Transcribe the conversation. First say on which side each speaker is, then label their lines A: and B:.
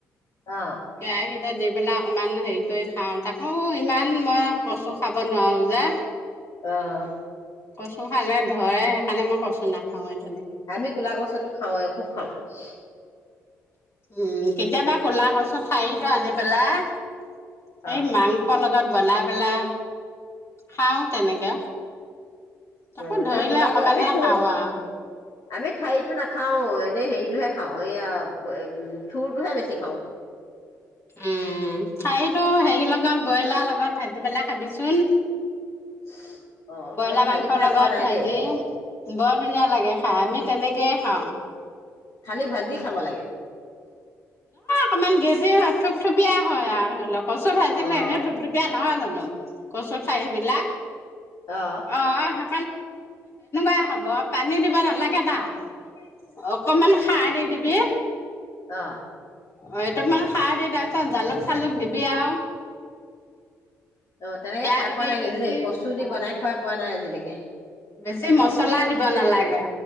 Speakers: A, on the left (about 55°); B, on the left (about 35°).
A: অ
B: কেৰাহি তো দিওঁ দে পেলা। অকমান হেৰি কৰি খাওঁ তাকো? ইমান মই কছো খাব নোৱাৰো, যে
A: অঁ।
B: কচু খালে ধৰে সেইকাৰণে মই কচু নাখাওঁ এ।
A: আমি ক'লা গছো খাওঁতেও খুব খাওঁ। উ। <inaudible>
B: উম, কেতিয়াবা কোলা কচো ঠাৰিটো আনি পেলাই। সেই
A: অ
B: মাংস লগাত বনাই পেলাই খাওঁ তেনেকে। তাকো
A: অঁ,
B: ধৰিলে
A: ন কোলা
B: অকমানহে
A: ক-আমি-থ
B: খাওঁ আৰু
A: আমি ঠাইতটো নাখা খাওঁ, এনেই হেৰিটোহে খাওঁ, এইয়া থুৰটোহে বেছি খাওঁ।
B: উম', ঠাৰিতু হেৰি লগত ব্ৰইলাৰ লগত, লগত ভাজি পেলাই খাবিচোন,
A: <inaudible>
B: ব্ৰইলাৰ
A: সেইটো
B: মাংসৰ
A: ভাজি খাই
B: লগত
A: পোৱা নাই
B: ভাজি
A: দেই
B: বৰ ধুনীয়া লাগে খাই, আমি, ' তেনেকেই খাওঁ।
A: খালি ভাজি খাব লাগে।
B: অকণমান গ্ৰেভী হয়, থুপ-থুপিয়া হয় আৰু ধৰি লক্ কচু ভাজিলে
A: অ অ
B: এনেও থুপথুপীয়া নহয়। <unintelligible> কচুঠাৰিবিলাক,
A: অ
B: অহ, <unintelligible> হ'ব পানী দিবা নালাগে। কেতাত, অকমান, কিবি,
A: অহ, '
B: অ, 'এইটো মানে খাৰ দে তাৰপিছত, জালুক-চালুক দিবি আৰু।
A: অ, ' তেনেকে
B: জিৰা
A: খাই
B: দিবি
A: পোৱা নাই
B: বেছি
A: কিন্তু দেই, কচু দি
B: অ
A: বনাই খাই পোৱা নাই আজিলৈকে। <unintelligible>
B: বেছি মচলা দিব নালাগে।